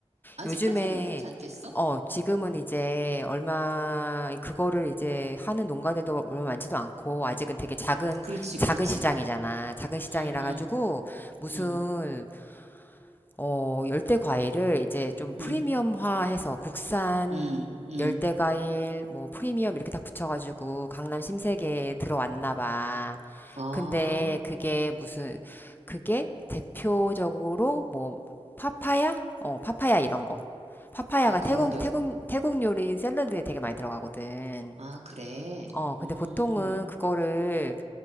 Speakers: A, on the right (about 85°); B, on the left (about 20°).
A: 아직까지는
B: 요즘에
A: 그렇지 않겠어?
B: 어, 지금은
A: 응,
B: 이제 얼마 그거를 이제 하는 농가들도 얼마 많지도 않고 아직은 되게 작은
A: 응. 그렇지,
B: 작은
A: 그렇지.
B: 시장이잖아. 작은 시장이라
A: 응, 응,
B: 가지고 무슨
A: 응,
B: 어, 열대 과일을 이제 좀 프리미엄화해서
A: 응,
B: 국산
A: 응, 응.
B: 열대 과일 뭐 프리미엄 이렇게 다 붙여가지고 강남 신세계에 들어왔나 봐.
A: 아,
B: 근데 그게 무슨 그게 대표적으로 뭐 파파야? 어, 파파야 이런 거. 파파야가
A: 아, 그런
B: 태국
A: 열,
B: 태국 태국 요리 샐러드에 되게 많이 들어가거든.
A: 아, 그래.
B: 어, 근데
A: 음,
B: 보통은 그거를